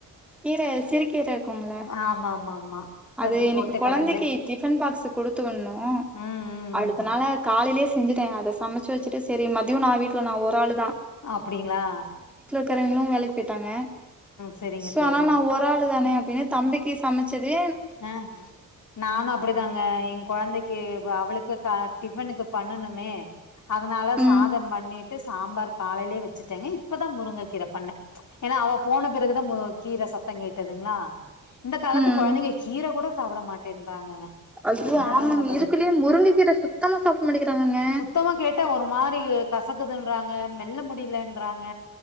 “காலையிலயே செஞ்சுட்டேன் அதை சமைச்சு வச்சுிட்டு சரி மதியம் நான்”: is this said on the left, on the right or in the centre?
Centre